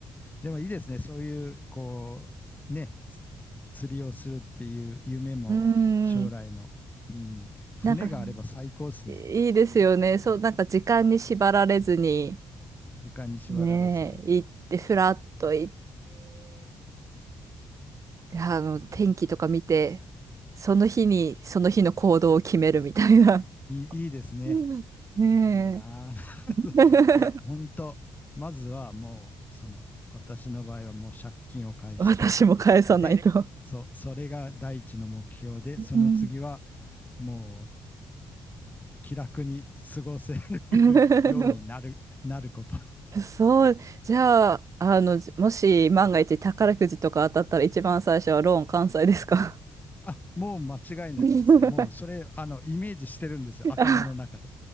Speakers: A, on the left (about 20°); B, on the right (about 35°).
A: でもいいですね、そういうこう、ね、つ釣りをするっていう夢も将来の、
B: んうん。
A: うん、船があれば最高ですね。
B: なんか、いいですよね。そう、なんか時間に縛られずに、
A: 時間に縛られずに。
B: ねえ、行って、ふらっと行って、であの、天気とか見て、その日に、その日の行動を決めるみたいな。
A: いいいいですね。
B: <laughs> うんね
A: いいなあ
B: え。<laughs>
A: <laughs> いや、本当まずはもう、その、私の場合はもう借金を返して、
B: 私も返さないと。
A: で、そ、それが第一の目標で、
B: うん
A: その次はもう気楽に過ごせる
B: <laughs>
A: <laughs> ようになる、なること。
B: そう、じゃあ、あの、もし万が一宝くじとか当たったら一番最初はローン完済ですか
A: あ、もう間違いなくですね。
B: <laughs>
A: もうそれ、あの、イメージしてるんですよ。頭の中で。
B: あ